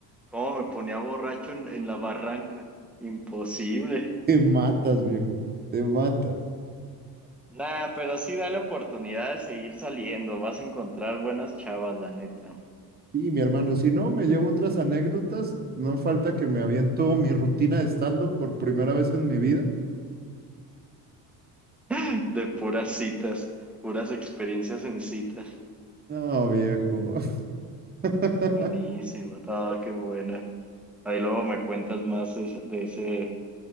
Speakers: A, in the centre; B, on the right.
A: ¿Cómo me ponía borracho en, en la barranca? Imposible.
B: te matas, viejo, te matas.
A: Nah, pero sí dale oportunidad de seguir saliendo. Vas a encontrar buenas chavas, la neta.
B: Y mi hermano, si no, me llevo otras anécdotas, no falta que me aviento mi rutina de stand-up por primera vez en mi vida.
A: <laughs> De puras citas, puras experiencias en citas.
B: No, viejo. <laughs>
A: Buenísimo, no, qué buena. Ahí luego me cuentas más de, esa- de ese,